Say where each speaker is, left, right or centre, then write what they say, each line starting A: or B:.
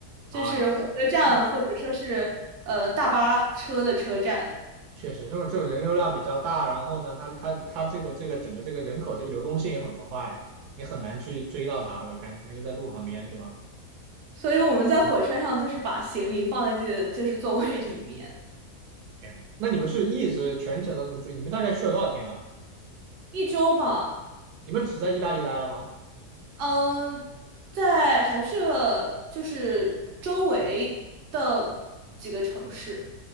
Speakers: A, on the right; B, on the right.
A: 就是火车站或者说是呃大巴车的车站。
B: 啊！哎，确实，这种这种人流量比较大，然后呢，它它它这个这个整个这个人口这个流动性也很快，你很难去追到它。我看我一个在路旁边，对吧？
A: 所以我们在火车上就是把行李放在自己的就是座位里面
B: 天呐，那你们是一直全程都这么注意？你们大概去了多少天啊？
A: 一周吧。
B: 你们只在意大利待了吗？
A: 嗯，在还去了就是周围的几个城市。